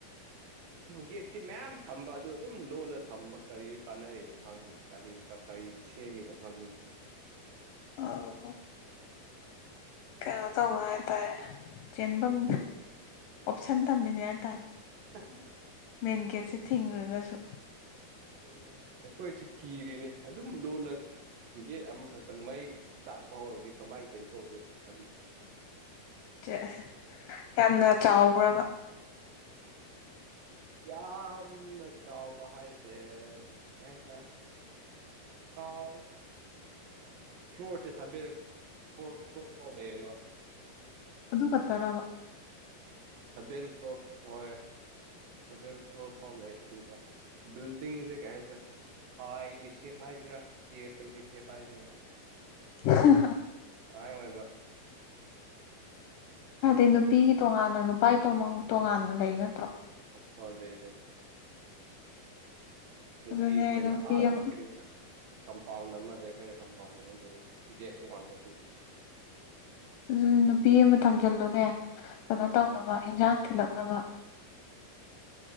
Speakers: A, on the right (about 70°); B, on the left (about 75°).
A: ꯒꯦꯠꯇꯤ ꯃꯌꯥꯝ ꯊꯝꯕ ꯑꯗꯨ ꯑꯗꯨꯝ ꯂꯣꯜꯂ ꯊꯝꯕ ꯀꯔꯤ ꯀꯥꯟꯅꯔꯅꯣ ꯈꯪꯉꯤ ꯀꯔꯤ ꯀ ꯑꯩ ꯁꯦꯝꯦ ꯃꯤ ꯐꯪꯅꯤ
B: ꯑꯣ ꯀꯩꯅꯣ ꯇꯧꯕ ꯍꯥꯏꯇꯥꯔꯦ ꯆꯦꯟꯐꯝ ꯑꯣꯞꯁꯟ ꯊꯝꯃꯤꯅꯦ ꯍꯥꯏꯇꯥꯔꯦ
A: <unintelligible>
B: ꯃꯦꯟ ꯒꯦꯠꯁꯦ ꯊꯤꯡꯈ꯭ꯔꯒꯁꯨ
A: ꯎꯝ ꯑꯩꯈꯣꯏꯁꯨ ꯀꯤꯔꯤꯅꯦ ꯑꯗꯨꯝ ꯂꯣꯜꯂ ꯒꯤꯦ ꯑꯃ ꯃꯩ ꯁꯥ ꯐꯋꯥꯔꯗꯤ ꯀꯃꯥꯏꯁ ꯁꯣ ꯇ ꯈ
B: ꯆꯦꯁꯦ ꯌꯥꯝꯅ ꯆꯥꯎꯕ꯭ꯔꯕ
A: ꯌꯥꯝꯝ ꯅ ꯇꯥꯎꯕꯔꯁ ꯀꯁ ꯇꯥꯎ ꯐ꯭ꯂꯣꯔꯁꯦ ꯁꯦꯟ ꯐ ꯐ꯭ꯂꯣꯔ ꯇ ꯂꯩꯌꯦꯕ
B: ꯑꯗꯨ ꯈꯛꯇꯕ
A: ꯁꯕ ꯐ꯭ꯂꯣ ꯍꯣꯏ ꯁꯒꯦꯟ ꯐ꯭ꯂꯣꯣꯔ ꯐꯥꯎ ꯑꯕ ꯤꯜꯗꯤꯡꯁꯦ ꯀꯥꯏꯁꯦ ꯑ ꯑꯩꯒꯤ ꯁꯦꯞ ꯍꯥꯏꯁꯤꯔꯥ ꯌꯦꯜꯒꯤ ꯁꯦꯕ ꯍꯥꯏꯁꯤꯔꯥ
B: ꯍ
A: ꯑꯥꯏ ꯑꯣꯏꯕ
B: ꯍꯥꯏꯗꯤ ꯅꯨꯄꯤꯒꯤ ꯇꯣꯉꯥꯟꯅ ꯅꯨꯄꯥꯒꯤ ꯇꯣꯉꯥꯟꯅ ꯂꯩ ꯅꯠꯇ꯭ꯔꯣ
A: ꯍꯜ ꯗꯦ ꯂꯩ ꯅꯨꯄꯤ
B: ꯑꯗꯨꯅꯦ
A: ꯍꯣꯏꯅ
B: ꯅꯨꯄꯤ
A: ꯑꯥ
B: ꯑꯃ
A: ꯀꯩꯅꯣꯗ ꯀꯝꯄꯥꯎꯟ ꯑꯃꯗ ꯑꯩꯈꯣꯏꯅ ꯀꯝꯄꯥꯎꯟ ꯑꯃꯗ ꯒꯦꯠ ꯇꯣꯀꯥꯟꯗ ꯑꯩꯈꯣꯏꯒꯤ
B: ꯑꯗꯨ ꯅꯨꯄꯤ ꯑꯃ ꯊꯝꯖꯤꯜꯂꯨꯅꯦ ꯀꯩꯅꯣ ꯇꯧꯅꯕ ꯏꯟꯁꯥꯡ ꯊꯤꯜꯂꯛꯅꯕ